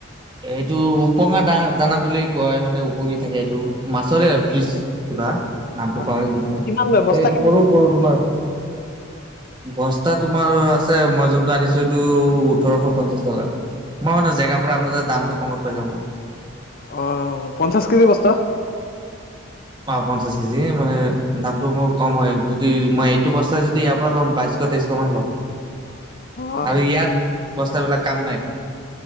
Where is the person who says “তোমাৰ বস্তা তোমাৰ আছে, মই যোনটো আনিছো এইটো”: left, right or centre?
Right